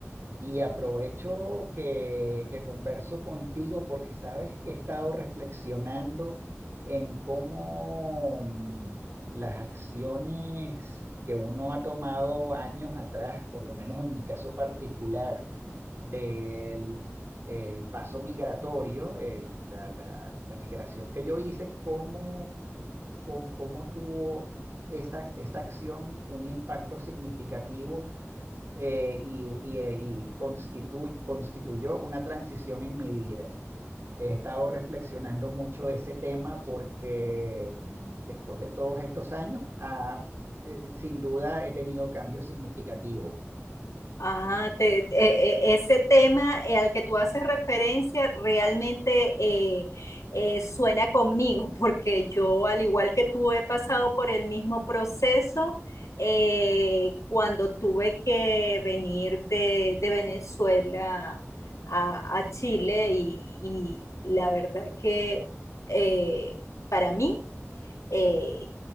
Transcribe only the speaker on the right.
Y aprovecho que, que converso contigo porque sabes que he estado reflexionando en cómo mm, las acciones que uno ha tomado años atrás, por lo menos en mi caso particular, del el paso migratorio, el- la, la- la migración que yo hice, cómo, con, cómo tuvo esa, esa acción un impacto significativo eh, y, y, eh, y constitu- constituyó una transición en mi vida. He estado reflexionando mucho de ese tema porque mm, después de todos estos años, ah, eh, sin duda he tenido cambios significativos.